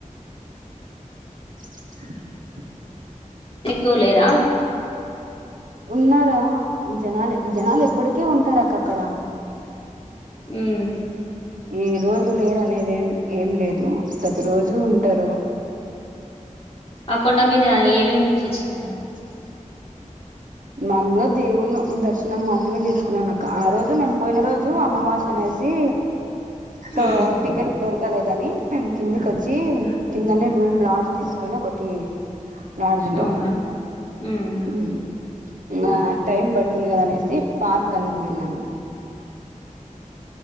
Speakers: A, on the right; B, on the left.
A: చ్చు కు
B: ఎక్కువ లేరా
A: ఉన్నారా జనాలు జనాలు ఎప్పుడుకి ఉంటారు అక్క అక్కడ
B: ఉమ్
A: ఈ రోజు లేరు అనేది ఏం ఏం లేదు ప్రతి రోజు ఉంటారు
B: అకొండ మీద ఏవేమి చూసొచ్చినారు
A: చ్ మాముూలుగా దేవుని దర్శనం మాత్రమే చేసుకున్నాను అక్క ఆ రోజు మేము పోయిన రోజు అమావాస్య అనే సి టో
B: ఉమ్
A: టికెట్ దొరుక్ కలేదని మేము కిందికి వచ్చి కిందనే రూమ్ లాడ్జ్ తీసుకొని ఒకటి లాడ్జ్ లో
B: అవునా ఉమ్
A: మ్ ఇంగ టైం పడుతుంది కదా అనేసి పార్క్ అందుకు వెళ్ళాము